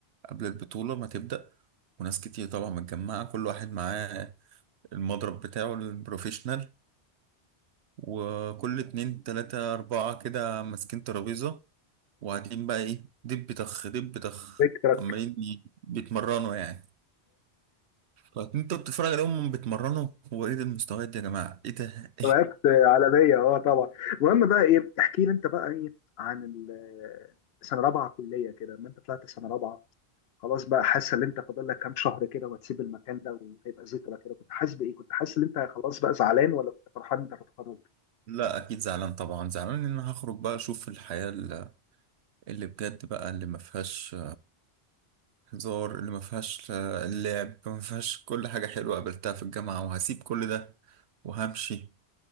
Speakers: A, on the right; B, on the left.
A: قبل البطوله ما تبدا وناس كتير طبعا متجمعه كل واحد معاه المضرب بتاعه البروفيشنال وكل اتنين تلاتة أربعة كده ماسكين ترابيزة وقاعدين بقى ايه دب طخ دب طخ
B: فكرة
A: عمالين ي- بيتمرنوا يعني فانت بتتفرج عليهم بيتمرنوا هو ايه ده المستويات دي يا جماعه ايه ده
B: وقفت عالمية اه طبعا المهم بقى ايه احكي لي انت بقى ايه عن ال- سنة رابعة كلية كده ما انت طلعت سنة رابعة خلاص بقى حاسة ان انت فاضل لك كام شهر كده وهتسيب المكان ده وهيبقى ذكرى كده كنت حاسس بايه كنت حاسس ان انت خلاص بقى زعلان ولا كنت فرحان انت هتتخرج؟
A: <laughs> لا اكيد زعلان طبعا زعلان ان انا هخرج بقى اشوف الحياه ال- اللي بجد بقى اللي ما فيهاش هزار اللي ما فيهاش آه، اللعب ما فيهاش كل حاجه حلوه قابلتها في الجامعه وهسيب كل ده وهمشي